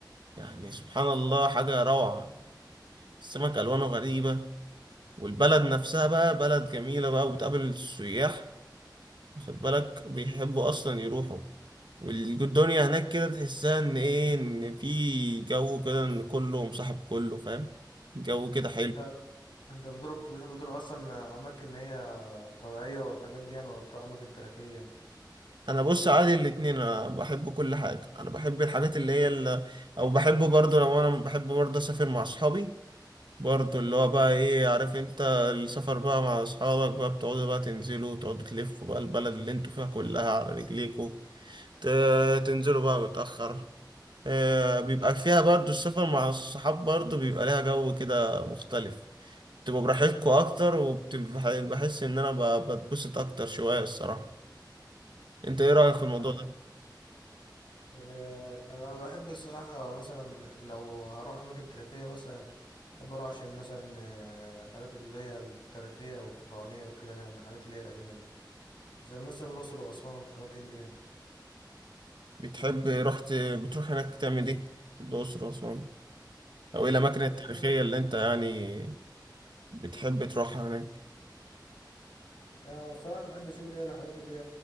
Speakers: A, on the right; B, on the left.
A: يعني سبحان الله حاجة روعة السمك ألوانه غريبة والبلد نفسها بقى بلد جميلة بقى وبتقابل السياح خد بالك بيحبوا اصلا يروحوا والدنيا هناك كده تحسها ان ايه ان في جو كده ان كله مصاحب كله فاهم جو كده حلو
B: انت انت بتضرب بتحب تضرب اصلا اماكن هي طبيعيه والحاجات دي يعني ولا تروح اماكن تاريخيه
A: انا بص عادي الاتنين انا بحب كل حاجه انا بحب الحاجات اللي هي اللي او بحب برضه لو انا بحب برضه اسافر مع اصحابي برضه اللي هو بقى ايه عارف انت السفر بقى مع اصحابك بقى بتقعدوا بقى تنزلوا وتقعدوا تلفوا بقى البلد اللي انتوا فيها كلها على رجليكوا ت- تنزلوا بقى متأخر آه، بيبقى فيها برضو السفر مع الصحاب برضو بيبقى ليها جو كده مختلف تبقوا براحتكوا أكتر وبحس إن أنا ب- بتبسط أكتر شوية الصراحة أنت إيه رأيك في الموضوع
B: فاهم؟
A: ده؟
B: آه، انا بحب الصراحه مثلا لو هروح اماكن تاريخيه مثلا بحب اروح عشان مثلا آه، الحاجات اللي هي التاريخيه والفرعونيه وكده يعني الحاجات اللي هي القديمه دي زي مثلا الاقصر واسوان والاماكن دي يعني
A: بتحب رحت بتروح هناك تعمل إيه؟ في الأقصر وأسوان أو إيه الأماكن
B: بشوف
A: التاريخية اللي أنت يعني بتحب تروحها هناك
B: أنا الصراحة بحب أشوف اللي هي الحاجات اللي هي